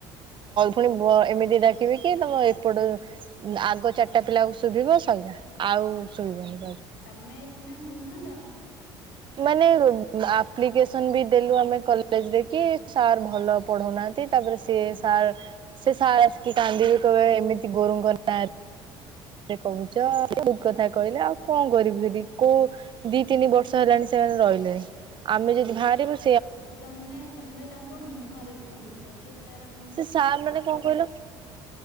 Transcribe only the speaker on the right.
ପୁଣି ଏମିତି ଡାକିବେ କି ତମ ଏପଟ ଆଗ ଚାରିଟା ପିଲାକୁ ସୁଭି ଶୁଭିବ ଶଇଲା ଆଉ ସୁଭିବନି।
ମାନେ ଆପ୍ଲିକେସନ ବି ଦେଲୁ ଆମେ କଲେଜରେ କି ସାର୍ ଭଲ ପଢଉନାହାନ୍ତି ତାପରେ ସିଏ ସାର୍ ସେ ସାର ଆସିକି କାନ୍ଦିବି କହିବ ଏମିତି ଗୁରୁ ଙ୍କ ନା ରେ କହୁଛ ବହୁତ କଥା କହିଲେ ଆଉ କଣ କରିବି ଫରି କୋଉ ଦି ତିନି ବର୍ଷ ହେଲାଣି ସେ ରହିଲେଣି ଆମେ ଯଦି ଭାରିବୁ
ସେ ସାର୍ ମାନେ କଣ କହିଲ,